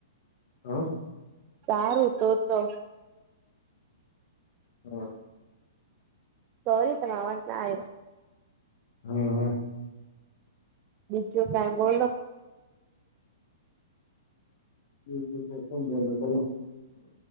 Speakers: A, on the left; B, on the right.
A: હા
B: સારું તો તો
A: હમ
B: સોરી તમાર અવાજ ના આયો
A: હમ
B: બીજું કઈ બોલો
A: બીજું તો શું બોલે બોલો